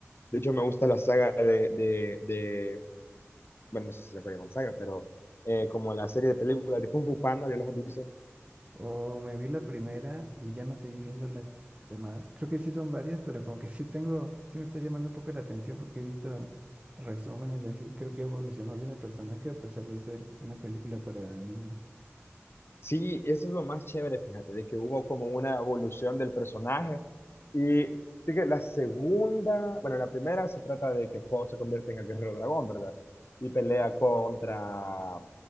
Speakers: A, on the left (about 50°); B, on the right (about 25°).
A: De hecho, me gusta la saga de, de, bueno, no sé si se puede llamar saga, pero eh, como la serie de películas de Kung Fu Panda, ya los has visto.
B: O me vi la primera y ya no seguí viendo las demás. Creo que sí son varias, pero como que sí tengo, sí me está llamando un poco la atención porque he visto resúmenes y así. Creo que evolucionó bien el personaje a pesar de ser una película para niños.
A: Sí, eso es lo más chévere, fíjate, de que hubo como una evolución del personaje. Y sí que la segunda, bueno, la primera se trata de que Po se convierte en el guerrero dragón, ¿verdad? Y pelea contra,